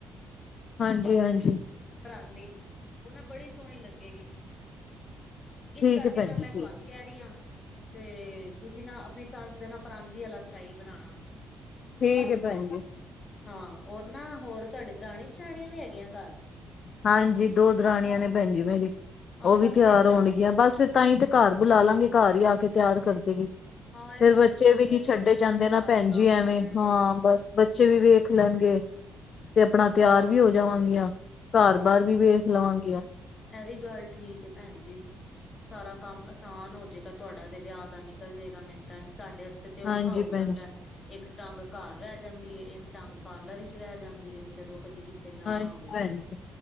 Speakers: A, on the left; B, on the left.
A: ਹਾਂਜੀ-ਹਾਂਜੀ।
B: ਪਰਾਂਦੀ ਓ ਨਾ ਬੜੀ ਸੋਣੀ ਲੱਗੇਗੀ।
A: ਠੀਕ
B: ਇਸ ਕਰਕੇ
A: ਹੈ ਭੈਣ
B: ਨਾ,
A: ਜੀ
B: ਮੈਂ ਤੁਆਨੂੰ
A: ਠੀਕ
B: ਕੈ ਰੀ ਆਂ ਤੇ ਤੁਸੀਂ ਨਾ ਆਪਣੀ ਸੱਸ ਦੇ ਨਾ ਪਰਾਂਦੀ ਆਲਾ ਸਟਾਈਲ ਬਨਾਣਾ।
A: ਠੀਕ ਏ, ਭੈਣ ਜੀ।
B: ਹਾਂ, ਔਰ ਨਾ ਹੋਰ ਤੁਆਡੀ ਦਰਾਣੀ ਜਠਾਣੀਆਂ ਵੀ ਹੈਗੀਆਂ, ਘਰ
A: ਹਾਂਜੀ, ਦੋ ਦਰਾਣੀਆਂ ਨੇ ਭੈਣ ਜੀ, ਮੇਰੀ
B: ਹਾਂ
A: ਓ
B: ਬਸ
A: ਵੀ ਤਿਆਰ
B: ਫੇਰ
A: ਹੋਣਗੀਆਂ।
B: ਸ
A: ਬਸ ਫੇ ਤਾਂ ਈ ਤੇ ਘਰ ਬੁਲਾ ਲਾਂਗੇ ਘਰ ਈ ਆ ਕੇ ਤਿਆਰ ਕਰ ਦੇਗੀ।
B: ਹਾਂ ਇਹ
A: ਫੇਰ
B: ਵੀ
A: ਬੱਚੇ
B: ਗੱਲ ਵਧੀਆ
A: ਵੀ ਨੀ
B: ਜੇ
A: ਛੱਡੇ
B: ਮਿੰਟਾਂ
A: ਜਾਂਦੇ
B: ਚ
A: ਨਾ
B: ਸਾਰੇ
A: ਭੈਣ
B: ਕੰਮ
A: ਜੀ
B: ਹੋ
A: ਐਵੇਂ,
B: ਜਾਣਗੇ
A: ਹਾਂ ਬਸ ਫੇ ਬੱਚੇ ਵੀ ਵੇਖ ਲੈਣਗੇ ਤੇ ਅਪਣਾ ਤਿਆਰ
B: ਅ
A: ਵੀ ਹੋ ਜਾਵਾਂਗੀਆਂ। ਘਰ-ਬਾਰ ਵੀ ਵੇਖ ਲਵਾਂਗੀਆਂ।
B: ਐ ਵੀ ਗੱਲ ਠੀਕ ਐ, ਭੈਣ ਜੀ। ਸਾਰਾ ਕੰਮ ਆਸਾਨ ਹੋਜੇਗਾ, ਤੁਆਡਾ ਤੇ ਵਿਆਹ ਦਾ, ਨਿ ਚਲ ਜੇਗਾ ਮਿੰਟਾਂ ਚ, ਸਾਡੇ ਆਸਤੇ ਤੇ ਔਖਾ
A: ਹਾਂਜੀ
B: ਹੋ
A: ਭੈਣ
B: ਜਾਂਦਾ।
A: ਜੀ
B: ਇੱਕ ਟੰਗ ਘਰ ਰੈ ਜਾਂਦੀ ਏ, ਇੱਕ ਟੰਗ ਪਾਰਲਰ 'ਚ ਰੈ ਜਾਂਦੀ ਏ, ਜਦੋਂ ਕਦੀ ਕ ਕਿਤੇ ਜਾਣਾ
A: ਹਾਂਜੀ
B: ਹੋਵੇ
A: ਭੈਣ
B: ਤੇ,
A: ਜੀ।